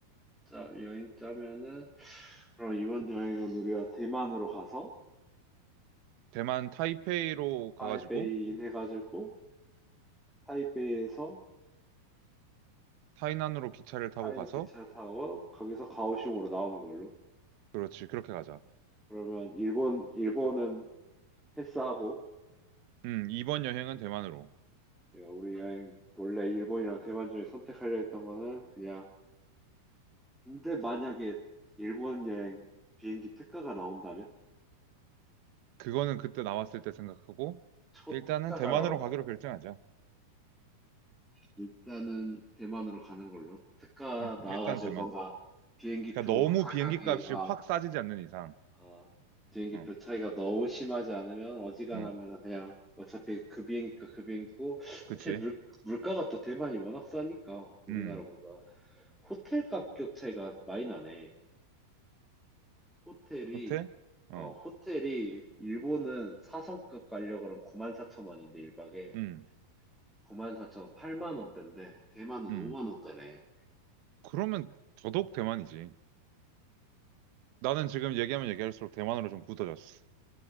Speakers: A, in the centre; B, on the right.
A: 짜, 여행 짜면은 그럼 이번 여행은 우리가 대만으로 가서
B: 대만 타이페이로 가가지고,
A: 타이베이인 해가지고 타이베이에서
B: 타이난으로 기차를 타고
A: 타이의
B: 가서,
A: 기차를 타고 거기서 가오슝으로 나오는 걸로.
B: 그렇지, 그렇게 가자.
A: 그러면 일본 일본은 패스하고
B: 음, 이번 여행은 대만으로.
A: 내가 우리 여행 원래 일본이랑 대만 중에 선택하려 했던 거는 그냥 근데 만약에 일본 여행 비행기 특가가 나온다면
B: 그거는 그때 나왔을 때 생각하고,
A: 초
B: 일단은
A: 특가가
B: 대만으로
A: 나온다면
B: 가기로 결정하자.
A: 일단은 대만으로 가는 걸로. 특가
B: 음,
A: 나와가지고
B: 일단 대만.
A: 뭔가 비행기표
B: 그러니까 너무
A: 가격이,
B: 비행기 값이
A: 아,
B: 확 싸지지 않는 이상.
A: 아, 비행기표
B: 어,
A: 차이가 너무 심하지 않으면 어지간하면
B: 음,
A: 그냥 어차피 그 비행기가 그 비행기고,
B: 그치?
A: 어차피 물, 물가가 또 대만이 워낙 싸니까, 우리나라보다.
B: 음,
A: 호텔 가격 차이가 많이 나네. 호텔이,
B: 호텔?
A: 어,
B: 어,
A: 호텔이, 일본은 사성급 가려 그러면 94,000원인데, 1박에.
B: 음,
A: 94,000원, 8만원대인데, 대만은
B: 음.
A: 5만원대네.
B: 그러면 더더욱 대만이지. 나는 지금 얘기하면 얘기할수록 대만으로 좀 굳어졌어.